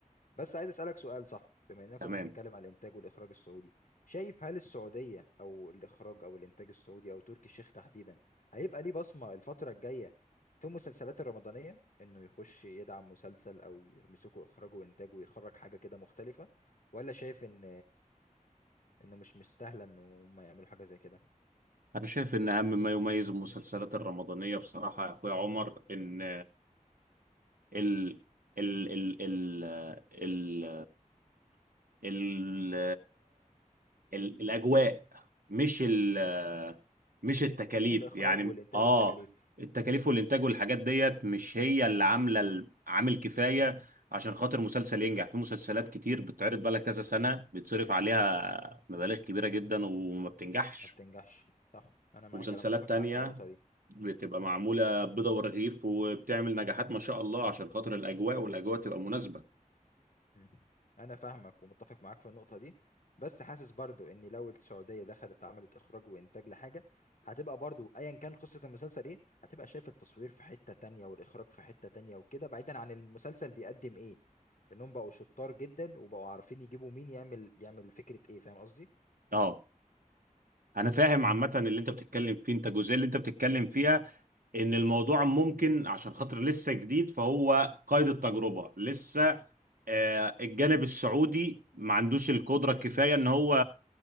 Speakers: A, on the left; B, on the right.
A: بس عايز اسالك سؤال صح بما اننا كنا
B: تمام
A: بنتكلم على الانتاج والاخراج السعودي شايف هل السعوديه او الاخراج او الانتاج السعودي او تركي الشيخ تحديدا هيبقى ليه بصمه الفتره الجايه في المسلسلات الرمضانيه انه يخش يدعم مسلسل او يمسكه اخراجه وانتاجه ويخرج حاجه كده مختلفه ولا شايف ان انه مش مستاهله ان هم يعملوا حاجه زي كده
B: أنا شايف إن أهم ما يميز المسلسلات الرمضانية بصراحة يا أخويا عمر إن ال ال ال ال ال ال الاجواء مش ال مش التكاليف
A: مش الاخراج
B: يعني
A: والانتاج
B: اه
A: والتكاليف
B: التكاليف والانتاج والحاجات ديت مش هي اللي عامله ال- عامل كفايه عشان خاطر مسلسل ينجح في مسلسلات كتير بتتعرض بقالها كذا سنه بيتصرف عليها مبالغ كبيره جدا وما بتنجحش
A: ما بتنجحش صح انا معاك
B: ومسلسلات
A: انا متفق
B: تانية
A: معاك في النقطه دي
B: بتبقى معمولة بيضة ورغيف وبتعمل نجاحات ما شاء الله عشان خاطر الأجواء والأجواء تبقى مناسبة
A: مم. انا فاهمك ومتفق معاك في النقطه دي بس حاسس برضو ان لو السعوديه دخلت عملت اخراج وانتاج لحاجه هتبقى برضو ايا كان قصه المسلسل ايه هتبقى شايف التصوير في حته تانية والاخراج في حته تانية وكده بعيدا عن المسلسل بيقدم ايه لانهم بقوا شطار جدا وبقوا عارفين يجيبوا مين يعمل يعمل فكره ايه فاهم قصدي
B: اه انا فاهم عامه اللي انت بتتكلم فيه انت الجزئيه اللي انت بتتكلم فيها ان الموضوع ممكن عشان خاطر لسه جديد فهو قيد التجربه لسه آه، الجانب السعودي ما عندوش القدره الكفايه ان هو